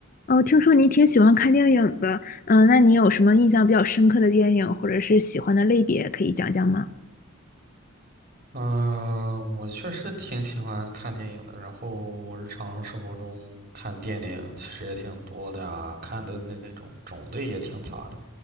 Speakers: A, on the left; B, on the right.
A: 哦，听说你挺喜欢看电影的，嗯，那你有什么印象比较深刻的电影，或者是喜欢的类别，可以讲讲吗？
B: 嗯，我确实挺喜欢看电影的。然后我日常生活中看电影其实也挺多的啊，看的那种种类也挺杂的。